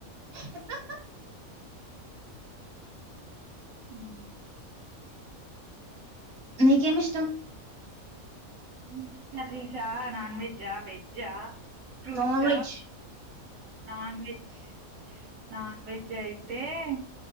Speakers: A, on the right; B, on the right.
A: ఆ హా
B: ఉ
A: నీకేమి ఇష్టం
B: అ కర్రీసా నాన్ వెజ్ వెజ్జ fruits
A: non veg
B: non veg non veg అయితే అయితే